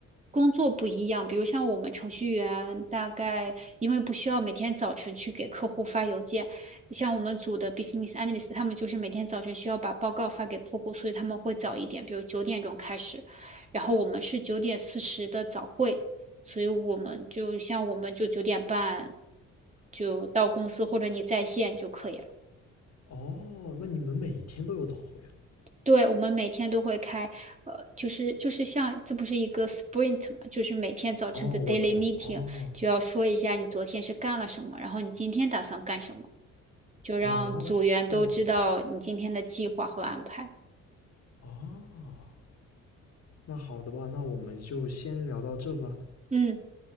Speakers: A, on the right (about 25°); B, on the left (about 55°).
A: 工作不一样，比如像我们程序员，大概因为不需要每天早晨去给客户发邮件，像我们组的 business analyst，他们就是每天早晨需要把报告发给客户，所以他们会早一点，比如九点钟开始，然后我们是九点四十的早会，所以我们就像我们就九点半就到公司或者你在线就可以了。
B: 哦，那你们每天都有早会啊？
A: 对，我们每天都会开，呃，就是就是像这不是一个 sprint 嘛，就是每天早晨的
B: 哦，
A: daily
B: 我懂。
A: meeting
B: 哦
A: 就要说一下你昨天是干了什么，然后你今天打算干什么，就让组员都知道你今天的计划和安排。
B: 哦，那那挺好。哦，那好的吧，那我们就先聊到这吧。
A: 嗯，